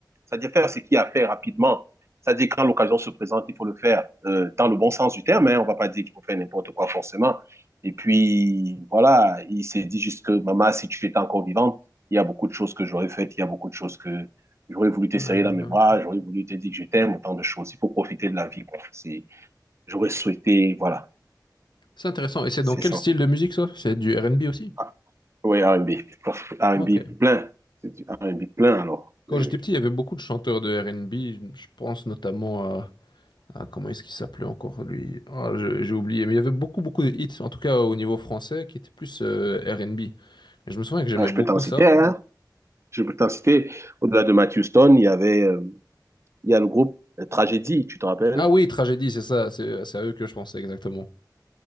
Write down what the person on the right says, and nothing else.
c'est-à-dire faire ce qu'il y a à faire rapidement. C'est-à-dire quand l'occasion se présente, il faut le faire euh, dans le bon sens du terme. Hein, on va pas dire qu'il faut faire n'importe quoi forcément. Et puis voilà, il s'est dit juste que maman, si tu étais encore vivante, il y a beaucoup de choses que j'aurais faites, il y a beaucoup de choses que j'aurais voulu te
serrer dans mes bras, j'aurais voulu te dire que je t'aime, autant de choses. Il faut profiter de la vie, quoi. C'est J'aurais souhaité, voilà,
c'est
ça.
Ah, oui, R&B. R&B
plein. C'est du R&B plein, alors.
Euh,
ah, je
peux t'en citer,
hein. Je peux t'en citer. Au-delà de Matthew Stone, il y avait, euh, il y a le groupe euh, Tragédie, tu te rappelles?